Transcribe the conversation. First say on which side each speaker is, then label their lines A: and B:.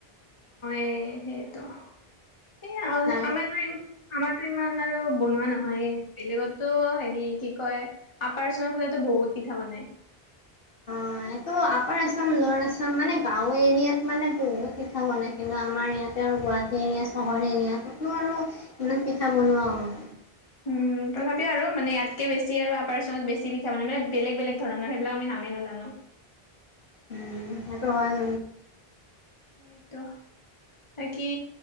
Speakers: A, on the left (about 30°); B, on the left (about 60°).
A: এ সেইটো হে আও
B: নাৰি
A: আমাৰ আমাৰো টো ইমান আৰু বনোৱা নহয় বেলেগত তো হেৰি কি কয় আপাৰ আচাম ফালে বহুত পিঠা বনাই <unintelligible>
B: অ এইটো আপাৰ আচাম লো আচাম মানে গাঁওৰ এৰিয়াত মানে বহুত পিঠা বনাই কিন্তু আমাৰ ইয়াত ততে আৰু গুৱাহাটী এৰিয়া চহৰ এৰিয়া কতো আৰু ইমান পিঠা বনোৱা উম
A: উম তথাপিও আৰু মানে ইয়াতকে বেছি আৰু আপাৰ আচামত বেছি পিঠা মানে মানে বেলেগ বেলেগ, <unintelligible> ধৰণৰ সেইবিলাক আমি নামেই নাজানো
B: উম সেইটো হয় ন
A: সেইটো বাকী